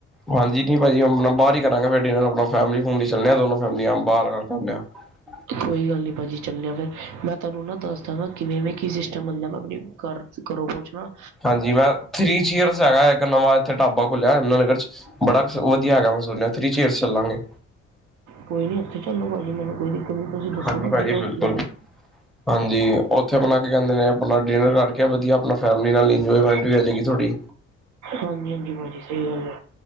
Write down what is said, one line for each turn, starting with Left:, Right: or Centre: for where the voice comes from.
Centre: ਹਾਂਜੀ ਨਹੀਂ ਭਾਜੀ ਆਪਣਾ ਬਾਹਰ ਹੀ ਕਰਾਂਗੇ ਫਿਰ ਡਿਨਰ, ਆਪਣਾ ਫੈਮਲੀ ਫੂਮਲੀ ਚੱਲਨੇ ਆਂ ਦੋਨੋ ਫੈਮਲੀਆਂ ਬਾਹਰ ਕਰਕੇ ਆਉਨੇ ਆ। ਹ <inaudible>
Right: ਕੋਈ ਗੱਲ ਨਹੀਂ ਭਾਅ ਜੀ ਚੱਲਦੇ ਆ ਫਿਰ, ਮੈਂ ਤੁਹਾਨੂੰ ਨਾ ਦੱਸ ਦਾਂ ਕਿਵੇਂਵੇਂ ਕੀ ਸਿਸਟਮ ਬਣਦਾ ਮੈਂ ਆਪਣੀ ਘਰ ਘਰੋਂ ਪੋਛ ਲਾ‌
Centre: ਹਾਂਜੀ ਮੈਂ ਥ੍ਰੀ ਚੀਅਰਸ ਹੈਗਾ
Right: ਘਰ
Centre: ਹੈ ਇੱਕ ਨਵਾਂ ਇਥੇ ਢਾਬਾ ਖੁਲਿਆ ਏ ਯਮੁਨਾਨਗਰ ਚ ਬੜਾ ਵਧੀਆ ਹੈਗਾ ਮੈਂ ਸੁਣਿਆ ਥ੍ਰੀ ਚੇਅਰਸ ਚੱਲਾਂਗੇ।
Right: ਕੋਈ ਨੀ ਉੱਥੇ ਚੱਲੋ ਭਾਜੀ ਮੈਨੂੰ ਕੋਈ ਦਿੱਕਤ ਨੀ ਤੁਸੀਂ ਦੱਸੋ
Centre: ਹਾਂਜੀ
Right: ਬਸ
Centre: ਭਾਜੀ
Right: ਜਗ੍ਹਾ
Centre: ਬਿਲਕੁਲ
Right: ਵਧੀਆ ਜੀ।
Centre: ਹਾਂਜੀ ਉੱਥੇ ਅਪਣਾ ਕੀ ਕੈਂਦੇ ਨੇ ਆਪਣਾ ਡਿਨਰ ਕਰਕੇ ਵਧੀਆ ਆਪਣਾ ਫੈਮਲੀ ਨਾਲ ਇੰਜੋਏਮੈਂਟ ਵੀ ਹੋ ਜਾਏਗੀ ਥੋੜ੍ਹੀ।
Right: ਹਾਂਜੀ ਹਾਂਜੀ ਭਾਜੀ ਸਹੀ ਗੱਲ ਏ।